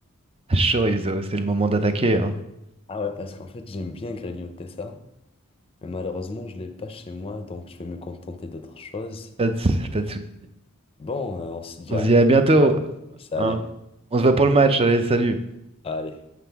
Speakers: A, on the right; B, on the left.
A: <laughs> Chorizo, c'est le moment d'attaquer, hein.
B: Ah ouais, parce qu'en fait, j'aime bien grignoter ça, mais malheureusement, je l'ai pas chez moi, donc je vais me contenter d'autre chose.
A: Pas de, pas de souci.
B: Bon, euh, on se dit
A: On
B: à
A: se dit
B: une prochaine
A: à bientôt,
B: fois. Salut.
A: hein. On se voit pour le match. Allez, salut.
B: Allez.